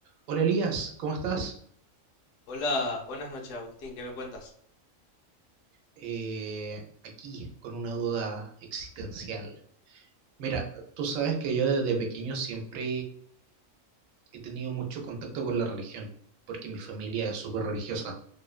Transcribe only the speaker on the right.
Hola Elías, ¿cómo estás?
Eh, aquí con una duda existencial. Mira, tú sabes que yo desde pequeño siempre he tenido mucho contacto con la religión, porque mi familia es súper religiosa.